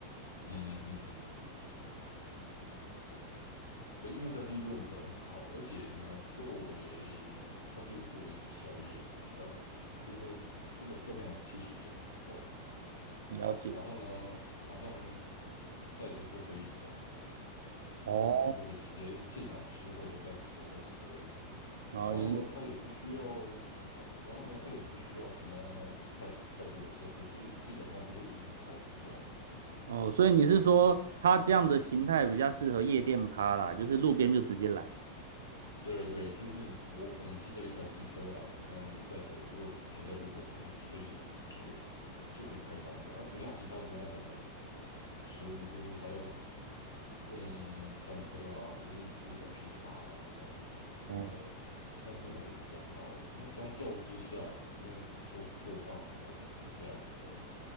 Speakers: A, on the left (about 75°); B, on the right (about 65°).
A: 嗯嗯嗯嗯，对，因为它利润很好，而且呢，作为它就是作为一个宵夜嘛，宵就是说它的分量其实也足够，
B: 了解。
A: 然后呢，马上带着就可以走。
B: 哦，
A: 就是烤完就可以直接现场吃或者带着走都可以。
B: 然后也有
A: 然后呢，它也不需要它，然后呢，它也不需要什么太太多的设备，就是基本上就是一个烤炉这样子而已。
B: 哦，所以你是说它这样的形态比较适合夜店趴啦，就是路边就直接来。
A: 对对，对，就是我可能骑着一台机车啊，怎么样的载着，我就停在路边，我就随时就可以就可以开张的，它不像其他的那种食物，就是还要用餐车啊，或者是租台皮卡啊，怎么什么的，
B: 哦，
A: 那个成本就比较高了。那相较之下，你那你说做大肠包小肠这样子的